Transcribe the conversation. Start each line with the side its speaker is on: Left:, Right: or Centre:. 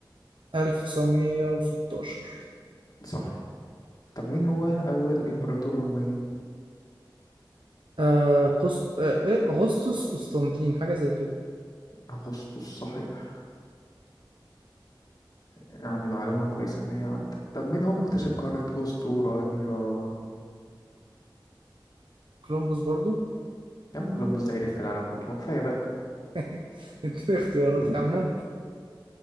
Right: 1916
Left: صح طب مين هو أول إمبراطور روماني؟
Right: آه قسط آه إيه أغسطس قسطنطين حاجة زي كده
Left: أغسطس صحيح يعني معلومة كويسة إن هي عندك طب مين هو مكتشف قارة أستراليا؟
Right: كولومبوس برضو
Left: يا عم كولومبوس ده يلف العالم كله ما كفاية بقى
Right: <laughs> اديني اختيارات
Left: <laughs>
Right: يا عم ممكن